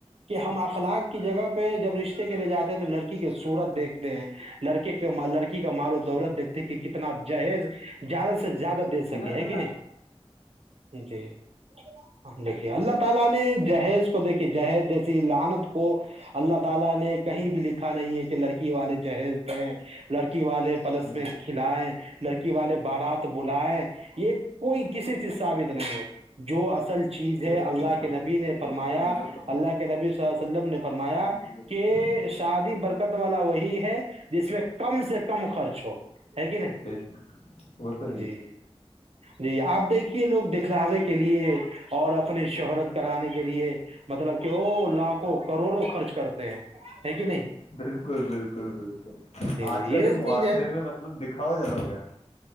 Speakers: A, on the right; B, on the left.
A: کہ ہم اخلاق کی جگہ پہ جب رشتے کے لیے جاتے ہیں تو لڑکی کے سورت دیکھتے ہیں لڑکے کے لڑکی کا ملوم دولت دیکتے ہیں کہ کتنا جہیز زیادہ سے زیادہ دے سکے
B: ن
A: ہے
B: جو
A: کہ نہیں جی <unintelligible> <unintelligible>
B: جی بے شک
A: ربی صلی وسلم نے فرمایا
B: جی ب
A: کہ
B: خدا
A: شادی برکت والا وہی ہے جس میں کم سے کم خرچ ہو ہے کہ نہیں
B: بے شک وہ تو ہے
A: جی
B: ہی
A: جی آپ دیکھیے لوگ دکھلاوے کے لیے اور اپنی شہرت کرانے کے لیے مطلب کہ وہ لاکھوں کروڑوں خرچ کرتے ہیں ہے کہ نہیں
B: بالکل بالکل بالکل
A: جی جی
B: آج کل
A: یہ
B: جو معاشرے
A: چیز ہے
B: میں مطلب دکھا ہوا جدا ہو گیا